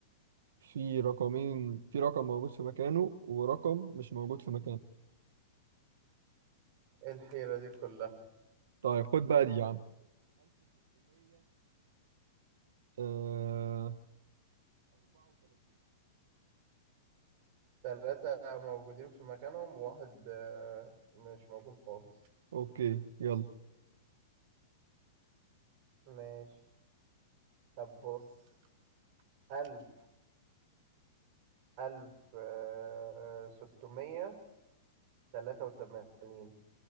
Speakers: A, on the right (about 75°); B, on the right (about 30°).
A: في رقمين في رقم موجود في مكانه ورقم مش موجود في مكانه
B: إيه الحيرة دي كلها
A: طيب خد بقى دي يا عم 1634
B: تلاتة موجودين في مكانهم وواحد آه، مش موجود خالص
A: اوكي يلا
B: ماشي طب بص ألف ألف آه، ستمية تلاتة وتمانين